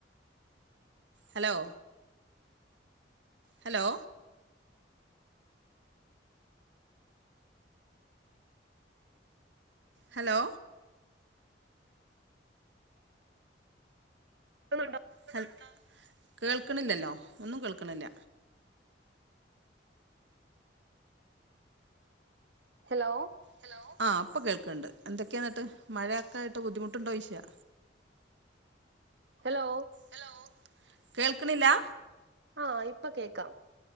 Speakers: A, on the right (about 80°); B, on the right (about 70°).
A: ഹലോ ഹലോ ഹലോ
B: <unintelligible>
A: ഹൽ കേൾക്ണില്ലല്ലോ ഒന്നും കേൾക്ണില്ല
B: ഹലോ
A: ഹലോ ആഹ് ഇപ്പം കേൾക്ണ്ട് എന്തക്കേ ന്നട്ട് മഴയായിട്ട് ബുദ്ധിമുട്ട്ണ്ടോ? ചോയ്ക്കാ
B: ഹലോ
A: ഹലോ കേൾകിണില്ലാ?
B: ആഹ് ഇപ്പം കേക്കാം